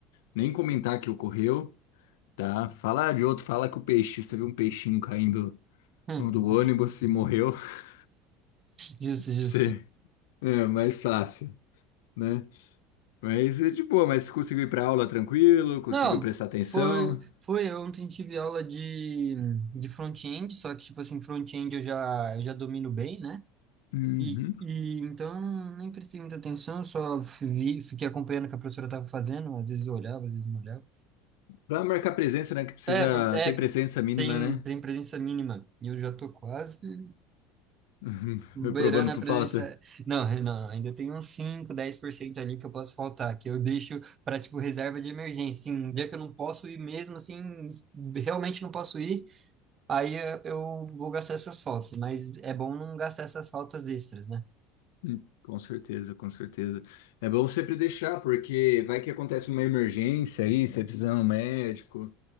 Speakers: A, on the left (about 85°); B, on the right (about 35°).
A: Nem comentar que ocorreu, tá? Falar de outro, fala que o peixe, você viu um peixinho caindo
B: <laughs>
A: do ônibus e morreu. <laughs>
B: Justo, justo.
A: Você, é mais fácil, né? Mas é de boa, mas conseguiu ir pra aula tranquilo, conseguiu
B: Não,
A: prestar atenção.
B: foi, foi ontem tive aula de, de front-end, só que tipo assim, front-end eu já, eu já domino bem, né?
A: Uhum.
B: E, e então nem prestei muita atenção, só vi, fiquei acompanhando o que a professora estava fazendo, às vezes eu olhava, às vezes não olhava.
A: Pra marcar presença, né? Que precisa.
B: É, pro- é,
A: Tem
B: pro-
A: presença mínima,
B: tem,
A: né?
B: tem presença mínima. E eu já tô quase.
A: <laughs>
B: Beirando
A: Reprovando
B: a
A: por
B: presença.
A: falta.
B: Não, não, ainda tem uns cinco dez por cento ali que eu posso faltar, que eu deixo para, tipo, reserva de emergência. Sim, um dia que eu não posso ir mesmo, assim, realmente não posso ir, aí eh, eu vou gastar essas faltas. Mas é bom não gastar essas faltas extras, né?
A: Hum, Com certeza, com certeza. É bom sempre deixar, porque vai que acontece uma emergência aí, você precisa de um médico,